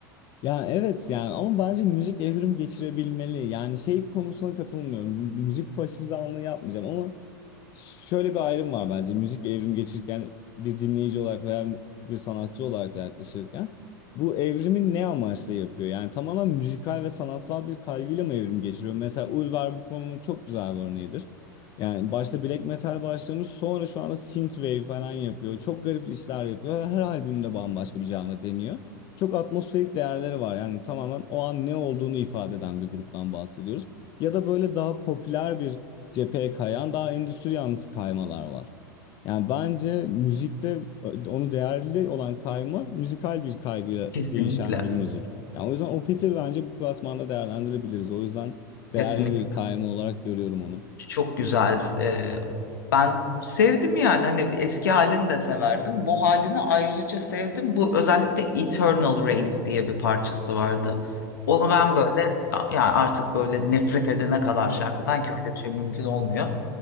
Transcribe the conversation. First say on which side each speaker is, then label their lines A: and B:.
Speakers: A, on the left; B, on the left.
A: Ya evet yani ama bence müzik evrim geçirebilmeli. Yani şey konusuna katılmıyorum. Müzik faşizanlığı yapmayacağım ama Şöyle bir ayrım var bence. Müzik evrim geçirirken bir dinleyici olarak veya bir sanatçı olarak da yaklaşırken bu evrimi ne amaçla yapıyor? Yani tamamen müzikal ve sanatsal bir kaygıyla mı evrim geçiriyor? Mesela Ulver bu konunun çok güzel bir örneğidir. Yani başta black metal başlamış sonra şu anda synthwave falan yapıyor. Çok garip işler yapıyor. ve Her albümde bambaşka bir janra deniyor. Çok atmosferik değerleri var. Yani tamamen o an ne olduğunu ifade eden bir gruptan bahsediyoruz. Ya da böyle daha popüler bir cepheye kayan daha endüstri yanlısı kaymalar var. Yani bence müzikte onu değerli olan kayma müzikal bir kaygıyla
B: Kesinlikle.
A: değişen bir müzik. Yani o yüzden Opeth'i bence bu klasmanda değerlendirebiliriz. O yüzden değerli
B: Kesinlikle.
A: bir kayma olarak görüyorum onu.
B: Çok güzel. Ee, ben sevdim yani hani eski halini de severdim. Bu halini ayrıca sevdim. Bu özellikle Eternal Rains diye bir parçası vardı. Onu ben böyle ya artık böyle nefret edene kadar şarkıdan ki öyle bir şey mümkün olmuyor.